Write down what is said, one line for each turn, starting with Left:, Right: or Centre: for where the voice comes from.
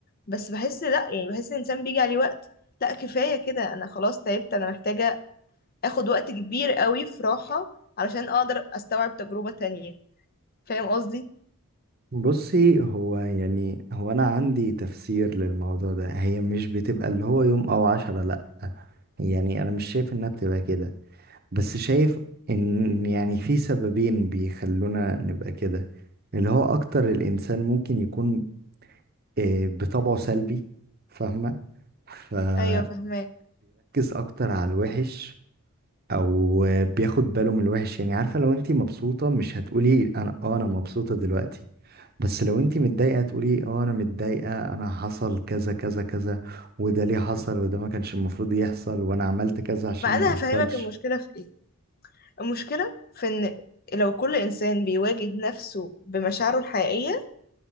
Left: بس بحس لأ يعني بحس الانسان بيجي عليه وقت لأ كفاية كده انا خلاص تعبت انا محتاجة اخد وقت كبير قوي في راحة علشان اقدر استوعب تجربة تانية فاهم قصدي
Right: بصي هو يعني هو انا عندي تفسير للموضوع ده هي مش بتبقى اللي هو يوم او عشرة لا يعني انا مش شايف انها بتبقى كده بس شايف ان يعني في سببين بيخلونا نبقى كده اللي هو اكتر الانسان ممكن يكون إيه، بطبعه سلبي فاهمة فبيركز
Left: ايوه فاهماك
Right: أكتر على الوحش أو بياخد باله من الوحش يعني عارفة لو انتي مبسوطة مش هتقولي أنا آه أنا مبسوطة دلوقتي بس لو انتي متضايقة تقولي آه أنا متضايقة أنا حصل كذا كذا كذا وده ليه حصل وده ما كانش المفروض يحصل وأنا عملت كذا عشان
Left: ما انا
Right: ما يحصلش
Left: هفهمك المشكلة في ايه المشكلة في ان لو كل انسان بيواجه نفسه بمشاعره الحقيقية